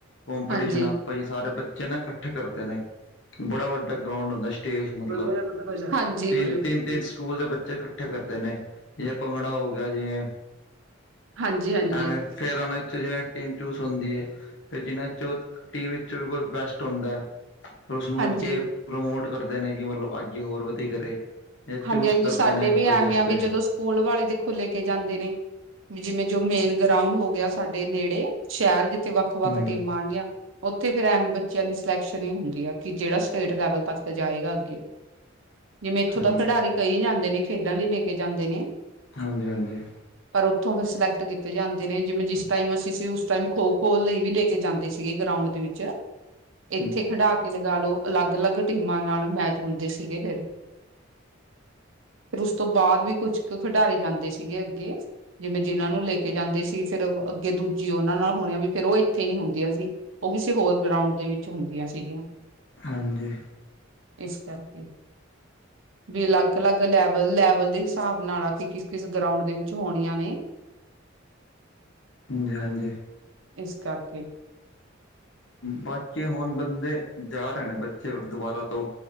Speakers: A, on the left; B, on the right.
A: ਕਪੀਟੀਸ਼ਨ
B: ਹਾਂਜੀ
A: ਸਾਰੇ ਬੱਚੇ ਨੇ ਇਕੱਠੇ ਕਰਦੇ ਨੇ ਬੜਾ ਵੱਡਾ ਗਰਾਾਊਂਡ ਹੁੰਦਾ ਸਟੇਜ ਮਤਲਬ
B: ਹਾਂਜੀ। ਹਾਂਜੀ,
A: ਤਿੰਨ
B: ਹਾਂਜੀ।
A: ਤਿੰਨ ਤਿੰਨ ਸਕੂਲ ਦੇ ਬੱਚੇੱ ਇਕੱਠੇ ਕਰਦੇ ਨੇ ਜਿਵੇਂ ਭੰਗੜਾ ਹੋ ਗਿਆ ਜਿਵੇਂ
B: ਹਾਂਜੀ ਹਾਂਜੀ
A: ਐਵੇਂ ਫਿਰ ਆਉਣਾ ਇੱਥੇ ਜਿਂ ਟੀਮ ਚੂਜ਼ ਹੁੰਦੀ ਹੈ ਫਿਰ ਜਿਹਨਾਂ ਚੋਂ ਟੀਮ ਵਿੱਚੋਂ ਵੀ ਕੋਈ ਬੈਸਟ ਹੁੰਦਾ ਪਰ ਉਸਨੂੰ
B: ਹਾਂਜੀ,
A: ਅੱਗੇ ਪ੍ਰਮੋਟ ਕਰਦੇ ਨੇ ਕਿ ਮਤਲਬ ਅੱਗੇ ਹੋਰ ਵਧੀਆ ਕਰੇ ਜਾਂ ਚੂਸ
B: ਹਾਂਜੀ ਹਾਂਜੀ
A: ਕਰਦੇ
B: ਸਾਡੇ
A: ਨੇ
B: ਵੀ
A: ਵਧੀਆ
B: ਐਵੇਂ
A: ਵਾਸਤੇ
B: ਆ ਵੀ ਜਦੋਂ ਸਕੂਲ ਵਾਲੇ ਦੇਖੋ ਲੈ ਕੇ ਜਾਂਦੇ ਨੇ ਵੀ ਜਿਵੇਂ ਜੋ ਮੇਨ ਗਰਾਉਂਡ ਹੋ ਗਿਆ ਸਾਡੇ ਨੇੜੇ ਸ਼ਹਿਰ ਜਿੱ ਵੱਖ
A: ਹਮ
B: ਵੱਖ ਟੀਮਾਂ ਆਣਗੀਆਂ ਉੱਥੇ ਫਿਰ ਐਵੇਂ ਬੱਚਿਆਂ ਦੀ ਸਿਲੈਕਸ਼ਨ ਇਹ ਹੁੰਦੀ ਆ ਕਿ ਜਿਹੜਾ ਸਟੇਟ ਲੈਵਲ ਤੱਕ ਜਾਏਗਾ ਅੱਗੇ ਜਿਵੇਂ ਇੱਥੋਂ
A: ਹਾਂਜੀ
B: ਤਾਂ ਖਿਡਾਰੀ ਕਈ ਜਾਂਦੇ ਨੇ ਖੇਡਣ ਲਈ ਲੈ ਕੇ ਜਾਂਦੇ ਨੇ।
A: ਹਾਂਜੀ ਹਾਂਜੀ।
B: ਪਰ ਉੱਥੋਂ ਫਿਰ ਸਿਲੈਕਟ ਕੀਤੇ ਜਾਂਦੇ, ਨੇ ਜਿਵੇਂ ਜਿਸ ਟਾਈਮ ਅਸੀਂ ਸੀ ਉਸ ਟਾਈਮ ਖੋ ਖੋ ਲਈ ਵੀ ਲੈ ਕੇ ਜਾਂਦੇ ਸੀ। ਸੀਗੇ ਗਰਾਊਂਡ ਦੇ ਵਿੱਚ।
A: ਹ <unintelligible>
B: ਇੱਥੇ ਖਿਡਾ ਕੇ ਲਗਾ ਲਓ ਅਲੱਗ ਅਲੱਗ ਟੀਮਾਂ ਨਾਲ ਮੈਚ ਹੁੰਦੇ ਸੀਗੇ ਫਿਰ। ਫਿਰ ਉਸ ਤੋਂ ਬਾਅਦ ਵੀ ਕੁਛ ਕੁ ਖਿਡਾਰੀ ਜਾਂਦੇ ਸੀਗੇ ਅੱਗੇ। ਜਿਵੇਂ ਜਿਹਨਾਂ ਨੂੰ ਲੈ ਕੇ ਜਾਂਦੇ ਸੀ, ਫੇਰ ਅੱਗੇ ਦੂਜੀ ਉਹਨਾਂ ਨਾਲ ਹੋਣੀਆਂ ਵੀ ਫੇਰ ਉਹ ਇੱਥੇ ਨੀ ਹੁੰਦੀਆਂ ਸੀ। ਉਹ ਕਿਸੇ ਹੋਰ ਗਰਾਊਂਡ ਦੇ ਵਿੱਚ ਹੁੰਦੀਆਂ ਸੀਗੀਆਂ।
A: ਹਾਂਜੀ।
B: ਇਸ ਕਰਕੇ। ਵੀ ਅਲੱਗ ਅਲੱਗ ਲੈਵਲ ਲੈਵਲ ਦੇ ਹਿਸਾਬ ਨਾਲ ਆ ਕੇ ਕਿਸ ਕਿਸ ਗਰਾਊਂਡ ਦੇ ਵਿੱਚ ਹੋਣੀਆਂ ਨੇ।
A: ਹਾਂਜੀ ਹਾਂਜੀ।
B: ਇਸ ਕਰਕੇ।
A: ਬਾਕੀ ਹੁਣ ਬੰਦੇ ਜਾ ਰਹੇ ਨੇ ਬੱਚੇ ਦੁਬਾਰਾ ਤੋਂ।